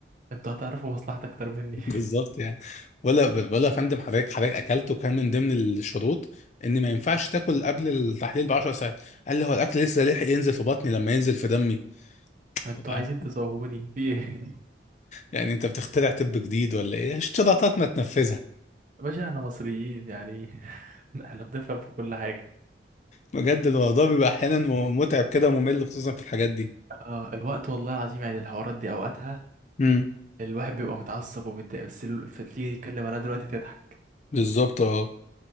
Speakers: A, on the right; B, on the left.
A: انتوا هتعرفوا مصلحتي اكتر مني
B: <laughs> بالظبط يعني ولا ولا يا فندم حضرتك حضرتك اكلت وكان من ضمن الشروط ان ما ينفعش تاكل قبل التحليل ب 10 ساعات قال لي هو الاكل لسه لحق ينزل في بطني لما ينزل في دمي
A: <laughs> انتوا
B: <laughs>
A: عايزين تزوهوني في ايه <laughs>
B: يعني انت بتخترع طب جديد ولا ايه اشتراطات ما تنفذها
A: يا باشا احنا مصريين يعني <laughs> احنا بنفهم في كل حاجه
B: بجد الموضوع بيبقى احيانا متعب كده وممل خصوصا في الحاجات دي
A: اه الوقت والله العظيم يعني الحوارات دي اوقاتها
B: امم
A: الواحد بيبقى متعصب ومتضايق بس ال- فتيجي تتكلم عليها دلوقتي تضحك
B: بالظبط اه